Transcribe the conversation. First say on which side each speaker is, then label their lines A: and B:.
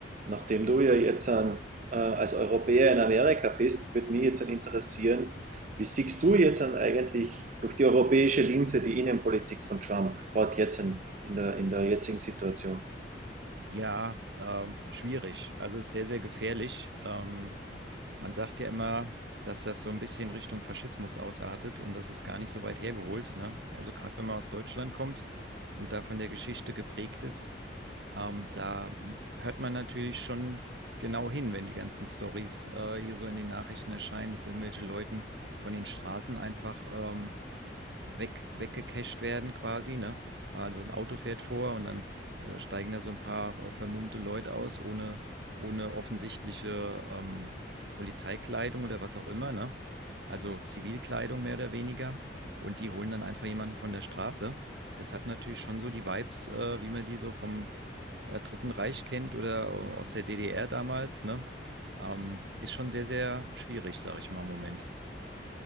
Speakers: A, on the right; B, on the right.
A: Nachdem du ja jetzt an, äh, als Europäer in Amerika bist, würde mich jetzt an interessieren, wie siehst du jetzt an eigentlich durch die europäische Linse die Innenpolitik von Trump, gerade jetzt in, in, der, in der jetzigen Situation?
B: Ja, ähm, schwierig. Also es ist sehr, sehr gefährlich. Ähm, man sagt ja immer, dass das so ein bisschen Richtung Faschismus ausartet und das ist gar nicht so weit hergeholt, ne? Also gerade wenn man aus Deutschland kommt und da von der Geschichte geprägt ist, ähm, da hört man natürlich schon genau hin, wenn die ganzen Storys äh, hier so in den Nachrichten erscheinen, dass irgendwelche Leuten von den Straßen einfach ähm, weg, weggecached werden quasi, ne? Also ein Auto fährt vor und dann äh, steigen da so ein paar äh, vermummte Leute aus, ohne, ohne offensichtliche ähm, Polizeikleidung oder was auch immer, ne? Also Zivilkleidung mehr oder weniger. Und die holen dann einfach jemanden von der Straße. Das hat natürlich schon so die Vibes, äh, wie man die so vom äh, Dritten Reich kennt oder au- aus der DDR damals, ne? Ähm, ist schon sehr, sehr schwierig, sag ich mal, im Moment.